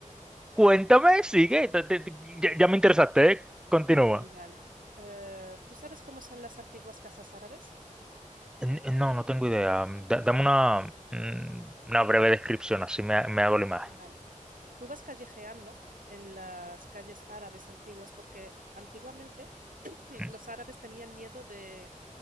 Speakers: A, in the centre; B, on the right.
A: cuéntame, sigue, te- te- te- ya, ya me interesaste, ¿eh? Continúa.
B: Vale. Eh, ¿tú sabes cómo son las antiguas casas árabes?
A: N- eh, No, no tengo idea. Mm, Da- dame una, mm, una breve descripción, así me, ha- me hago la imagen.
B: Vale. Tú vas callejeando en las calles árabes antiguas porque antiguamente <clears throat>
A: Mm,
B: los árabes tenían miedo de,